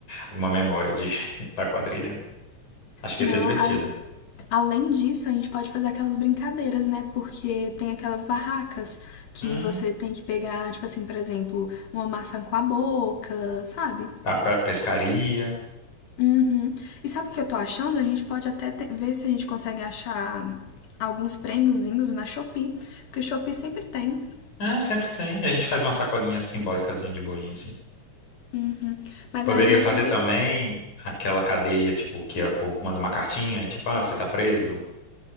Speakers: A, on the left; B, on the left.
A: alguma memória de, <laughs> da quadrilha. Acho que
B: Não,
A: ia ser divertido.
B: aí Além disso, a gente pode fazer aquelas brincadeiras, né? Porque tem aquelas barracas que
A: Hum,
B: você tem que pegar, tipo assim, por exemplo, uma maçã com a boca, sabe?
A: a pe- pescaria.
B: Uhum. E sabe o que eu tô achando? A gente pode até te- ver se a gente consegue achar alguns prêmiozinhos na Shopee, porque Shopee sempre tem.
A: É, sempre tem. A gente faz uma sacolinha simbólicazinha de boinha, assim.
B: Uhum. Mas
A: Poderia
B: aí eu
A: fazer
B: tô bem.
A: também aquela cadeia, tipo, que o povo manda uma cartinha e tipo, ah, você tá preso.